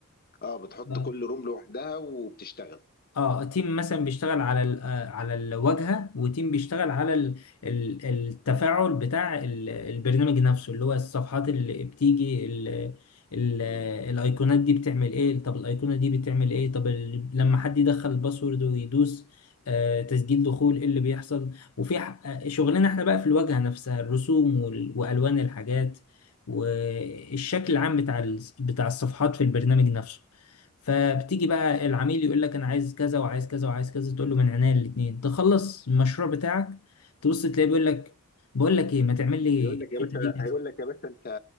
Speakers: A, on the left; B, on the left.
A: اه بتحط
B: آه،
A: كل روم لوحدها وبتشتغل
B: اه تيم مثلا بيشتغل على ال- آه، على الواجهه وتيم بيشتغل على ال- ال- التفاعل بتاع ال- البرنامج نفسه اللي هو الصفحات اللي بتيجي ال- ال-
A: مم.
B: الايقونات دي بتعمل ايه طب الايقونه دي بتعمل ايه طب ال- لما حد يدخل الباسورد ويدوس آه، تسجيل دخول ايه اللي بيحصل وفي ح- آه، شغلنا احنا بقى في الواجهه نفسها الرسوم وال- والوان الحاجات والشكل العام بتاع ال- بتاع الصفحات في البرنامج نفسه فبتيجي بقى العميل يقول لك انا عايز كذا وعايز كذا وعايز كذا تقول له من عينيا الاثنين تخلص المشروع بتاعك تبص تلاقيه بيقول لك بقول لك ايه ما تعمل لي
A: هيقول لك
B: الحته
A: يا باشا
B: دي كده
A: هيقول لك يا باشا انت